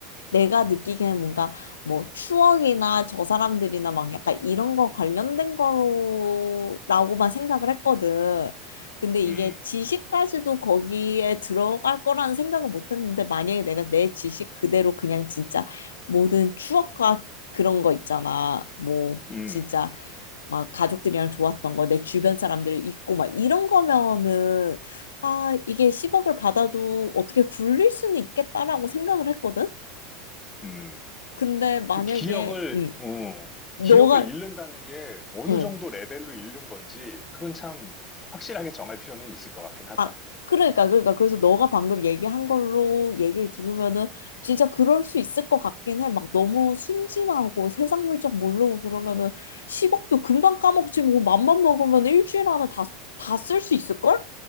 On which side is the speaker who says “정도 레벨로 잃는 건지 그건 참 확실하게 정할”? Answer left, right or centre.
Left